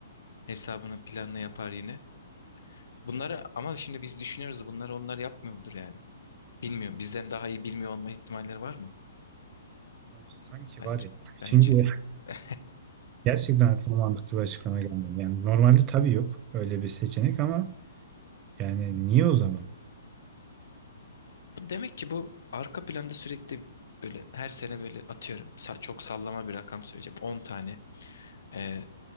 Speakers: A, on the left; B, on the right.
A: hesabını planını yapar yine. Bunları ama şimdi biz düşünüyoruz da bunları onlar yapmıyor mudur yani? Bilmiyorum. Bizden daha iyi bilmiyor olma ihtimalleri var mı?
B: Abi sanki
A: Bence
B: var ya.
A: bence
B: Şimdi
A: <laughs>
B: <laughs> gerçekten aklıma mantıklı bir açıklama gelmiyor. Yani normalde tabii yok öyle bir seçenek ama yani niye o zaman?
A: Demek ki bu arka planda sürekli böyle her sene böyle atıyorum sa- çok sallama bir rakam söyleyeceğim 10 tane e,